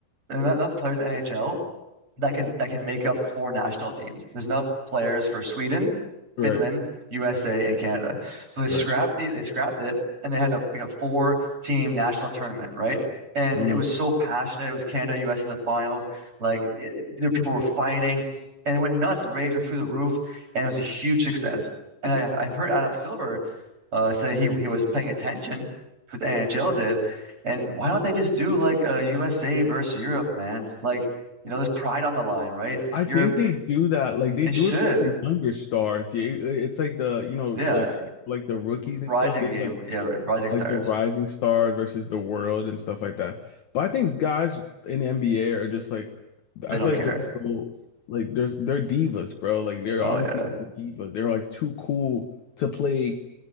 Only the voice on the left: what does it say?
Right,
right.
Mm.
I
think they do that. Like they
do
it for like the younger stars. Yeah, it- it's like the you know
like like the rookies and
stuff. They
like
like the rising stars versus the world and stuff like that. But I think guys in the NBA are just like
I
feel
like they're so like there's they're divas, bro. Like they're
honestly
divas. They're like too cool to play